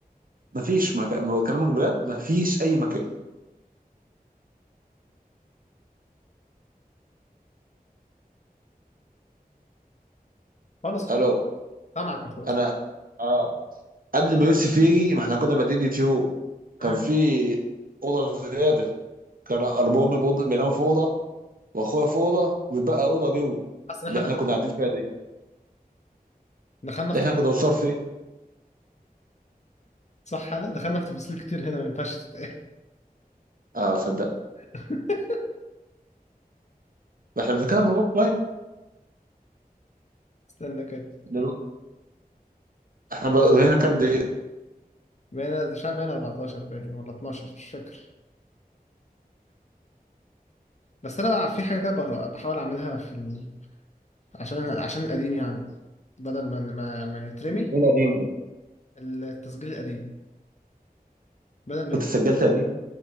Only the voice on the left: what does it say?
خالص خالص
سامعك يا أخويا سامعك
مم.
حاسس إن
إحنا
دخل-
دخلنا
في تف...
صح لا دخلنا في تفاصيل كتير هنا ما ينفعش تتقال
<laughs>
استنى كده
بقينا مش عارف بقينا 14 باين ولا 12 مش فاكر بس أنا بقى في حاجة كده بح- بحاول أعملها في ال... عشان عشان القديم يعني بدل ما ما, ما يترمي
التسجيل القديم بدل ما
يترمي